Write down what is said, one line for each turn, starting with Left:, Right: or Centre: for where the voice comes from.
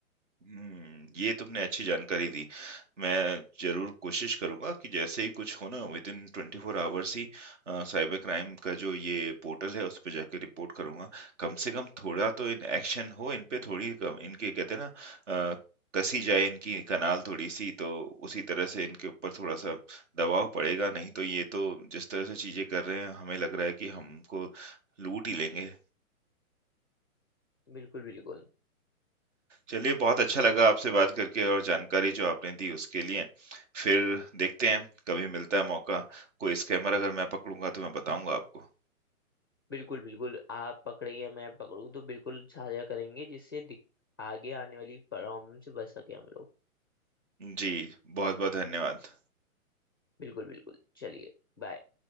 Right: हुँ, ये तुमने अच्छी जानकारी दी। मैं ज़रूर कोशिश करूँगा कि जैसे ही कुछ हो ना विदिन 24 आवर्स ही अ, साइबर क्राइम का जो ये पोर्टल है उस पे जाके रिपोर्ट करूँगा। कम से कम थोड़ा तो इन एक्शन हो इन पे थोड़ी कम इनके कहते हैं ना अ, कसी जाए इनकी कनाल थोड़ी-सी तो उसी तरह से इनके ऊपर थोड़ा-सा दबाव पड़ेगा नहीं तो ये तो जिस तरह से चीज़ें कर रहे हैं हमें लग रहा है कि हमको लूट ही लेंगे।
Left: बिल्कुल बिल्कुल
Right: चलिए बहुत अच्छा लगा आपसे बात करके और जानकारी जो आपने दी उसके लिए। फिर देखते हैं कभी मिलता है मौका, कोई स्कैमर अगर मैं पकड़ूँगा तो मैं बताऊँगा आपको।
Left: बिल्कुल बिल्कुल आप पकड़े या मैं पकड़ूं तो बिल्कुल साझा करेंगे जिससे दिक- आगे आने वाली प्रॉब्लम से बच सके हम लोग
Right: जी, बहुत-बहुत धन्यवाद।
Left: बिल्कुल बिल्कुल चलिए बाय